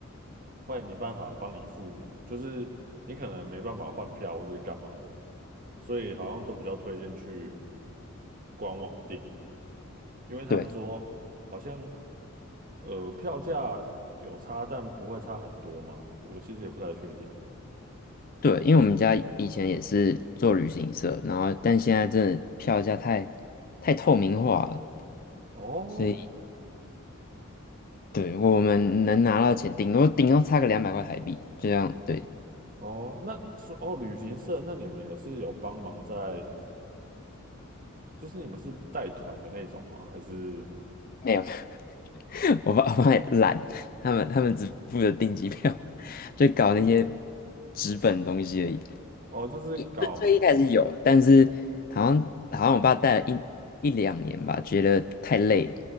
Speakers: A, on the right; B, on the left.
A: 会没办法帮你付，就是你可能没办法换票或是干嘛的，所以好像都比较推荐去官网订。因为他们说好像
B: 对
A: 呃票价有差，但不会差很多吗？我其实也不太确定。
B: 对，因为我们家以前也是做旅行社，然后但现在真的票价太太透明化了，
A: 哦
B: 所以对我们能拿到钱，顶多顶多差个两百块台币，这样对，
A: 哦，那说哦旅行社，那你们也是有帮忙在，就是你们是带团的那种吗？还是
B: 没有 <laughs> 我爸我爸也懒，他们他们只负责订机票，<laughs> 就搞那些纸本的东西而已。
A: 哦就是搞
B: 一最最一开始有，但是好像好像我爸带了一一两年吧，觉得太累了，